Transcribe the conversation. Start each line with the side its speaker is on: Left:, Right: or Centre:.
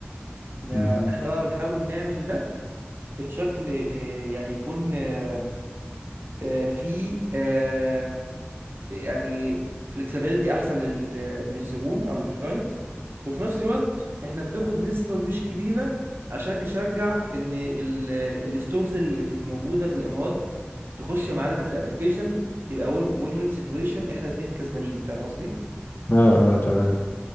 Right: ما
Left: امم
Right: احنا بقى بنحاول نعمل ده بشكل آه، يعني يكون آه، آه، في آه، يعني فلكسبيليتي احسن لل... للزبون او للكلاينت وفي نفس الوقت احنا بناخد نسبة مش كبيرة عشان نشجع ان ال... الستوفز اللي في موجودة في الامارات تخش معانا في الابليكيشن يبقى وين وين وين سيتويشن احنا اتنين كسبانين فاهم قصدي
Left: اه اه تمام